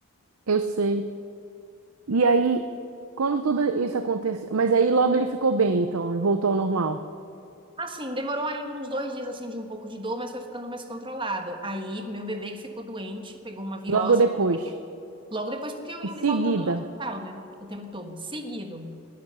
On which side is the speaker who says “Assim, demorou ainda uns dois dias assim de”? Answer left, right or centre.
Right